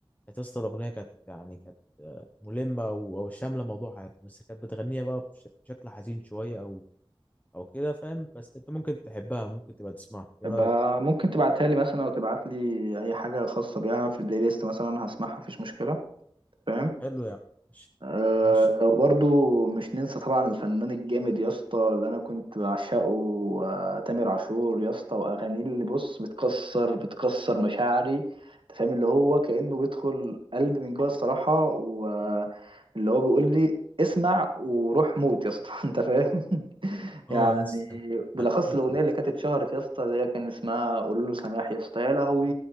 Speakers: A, on the left; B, on the right.
A: كانت يا اسطى الاغنيه كانت يعني كانت آه، ملمه و- او شامله موضوع حياتها بس كانت بتغنيها بقى بش- بشكل حزين شويه او او كده فاهم بس انت ممكن تحبها ممكن تبقى تسمعها ايه
B: يبقى
A: رايك
B: ممكن تبعتها لي مثلا او تبعت لي اي حاجه خاصه بيها في البلاي ليست مثلا انا هسمعها مفيش مشكله فاهم؟
A: حلو يا عم. ماشي
B: أه
A: ماشي
B: لو برضو مش ننسى طبعا الفنان الجامد يا اسطى اللي انا كنت بعشقه أه تامر عاشور يا اسطى واغانيه اللي بص بتكسر بتكسر مشاعري انت فاهم اللي هو كانه بيدخل قلبي من جوه الصراحه واللي هو بيقول لي اسمع وروح موت يا اسطى <laughs> انت فاهم
A: اه
B: يعني
A: يا اسطى كان
B: بالاخص
A: على القلب
B: الاغنيه
A: على طول.
B: اللي كانت اتشهرت يا اسطى اللي هي كان اسمها قولوا له سماح يا اسطى يا لهوي